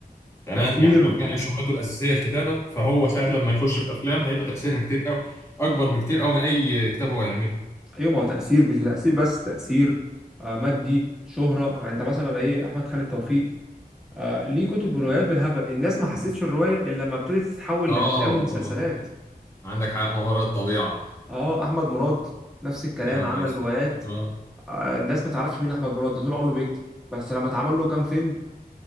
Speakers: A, on the left; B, in the centre.
A: تمام
B: تاثير
A: يعني لو
B: و...
A: كان شغلته الاساسيه الكتابه فهو ساعه لما يخش في افلام هيبقى تاثيرها كتير قوي اكبر بكتير قوي من اي كتاب هو يعمله
B: ايوه ما هو تاثير مش تاثير بس تاثير آه، مادي شهره يعني انت مثلا ايه احمد خالد توفيق آه ليه كتب روايات بالهبل الناس ما حسيتش الرواية إلا لما ابتدت تتحول
A: اه
B: لأفلام ومسلسلات
A: اه عندك حق مقر الطبيعة
B: اه أحمد مراد نفس الكلام
A: يا نهار
B: عمل
A: اسود
B: روايات
A: اه
B: آه الناس ما تعرفش مين أحمد مراد ده طول عمره بيكتب بس لما اتعمل له كام فيلم